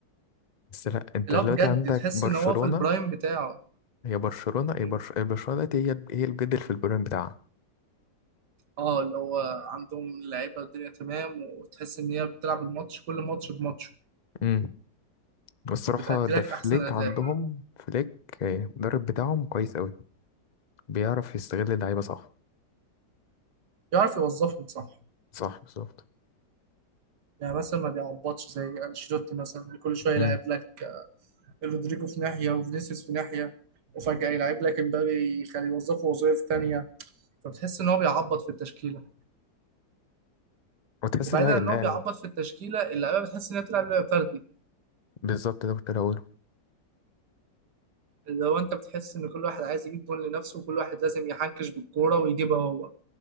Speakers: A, on the left; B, on the right.
A: بس لا انت
B: لا
A: دلوقتي
B: بجد
A: عندك
B: تحس
A: برشلونه
B: ان هو في البرايم بتاعه
A: هي برشلونه هي
B: مم.
A: برش... برشلونه دلوقتي هي هي الجد في البرين بتاعها
B: اه اللي هو عندهم لعيبة الدنيا تمام وتحس ان هي بتلعب الماتش كل ماتش بماتشه
A: امم والصراحه
B: وبتأدي
A: ده
B: لك
A: فليك
B: احسن اداء
A: عندهم فليك آه، المدرب بتاعهم كويس قوي بيعرف يستغل اللعيبة صح
B: يعرف يوظفهم صح
A: صح بالظبط
B: يعني مثلا ما بيعبطش زي انشيلوتي مثلا اللي كل شويه يلعب
A: امم
B: لك رودريجو في ناحيه وفينيسيوس في ناحيه وفجاه يلعب لك امبابي يخليه يوظفه وظائف تانية فبتحس ان هو بيعبط في التشكيله
A: وتحس
B: وبعيدا
A: اللعيبة
B: عن
A: اللعيبة
B: ان هو بيعبط في التشكيله اللعيبه بتحس انها بتلعب لعب فردي
A: بالظبط ده كنت هقوله
B: اللي هو انت بتحس ان كل واحد عايز يجيب جون لنفسه وكل واحد لازم يحنكش بالكوره ويجيبها هو